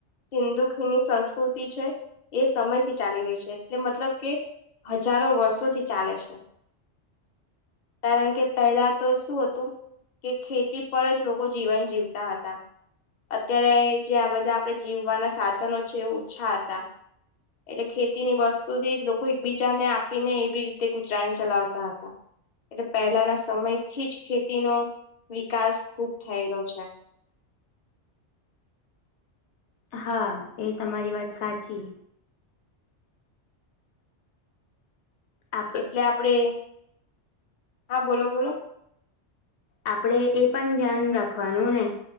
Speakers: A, on the left; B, on the left.
A: હિન્દ ની સંસ્કૃતિ છે એ સમયથી ચાલી રહી છે એટલે મતલબ કે હજારો વર્ષોથી ચાલે છે. કારણ કે પહેલા તો શું હતું. કે ખેતી પર જ લોકો જીવન જીવતા હતા. અત્યારે જે આ બધા આપડે જીવવાના સાધનો છે એ ઓછા હતા. એટલે ખેતીની વસ્તુથી લોકો એકબીજાને આપી ને એવી રીતે ગુજરાન ચલાવતા હતા. એટલે પહેલાના સમયથી જ ખેતીનો વિકાસ ખુબ થયેલો છે.
B: હા એ તમારી વાત સાચી. આપ
A: એટલે આપડે હા બોલો બોલો
B: આપણેે એ પણ ધ્યાન રાખવાનું ને